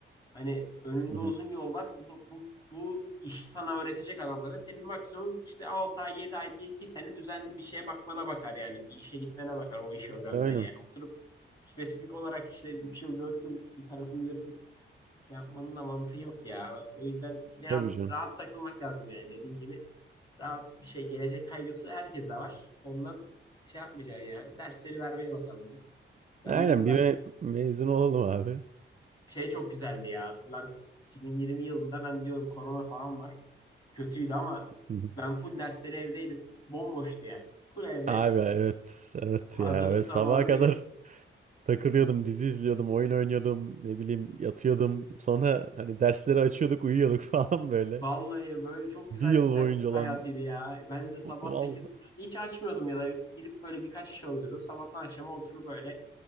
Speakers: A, on the left; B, on the right.
A: Hani önünde
B: Hı hı.
A: uzun yol var. Bu, bu, bu iş sana öğretecek adam zaten. Senin maksimum işte 6 ay, 7 ay, bir, bir sene düzenli bir şeye bakmana bakar yani. Bir işe gitmene bakar o işi öğrenmen
B: Aynen.
A: yani. Oturup spesifik olarak işte 3 yıl, 4 yıl bir tarafını yırtıp şey yapmanın da mantığı yok ya. O yüzden biraz
B: Tabii canım.
A: rahat takılmak lazım yani. Dediğim gibi rahat bir şey, gelecek kaygısı herkeste var. Ondan şey yapmayacaksın ya. Dersleri vermeye bakalım biz. Sen
B: Aynen
A: bu yıl
B: bir me- mezun olalım abi.
A: şey çok güzeldi ya hatırlar mısın? 2020 yılında ben diyorum korona falan var. Kötüydü ama
B: Hı hı.
A: ben full dersleri evdeydim. Bomboştu yani. Full evde
B: Abi evet, evet
A: hazırlık
B: ya ve sabaha
A: zamanı
B: kadar
A: benim.
B: takılıyordum, dizi izliyordum, oyun oynuyordum, ne bileyim yatıyordum. Sonra hani dersleri açıyorduk, uyuyorduk <laughs> falan böyle.
A: Vallahi böyle çok güzel
B: Bir yıl
A: bir ders
B: boyunca
A: hayatıydı
B: olan
A: ya. Ben de sabah
B: Vallahi
A: sekiz buçuk hiç açmıyordum ya da girip böyle birkaç iş oluyordu. Sabahtan akşama oturup böyle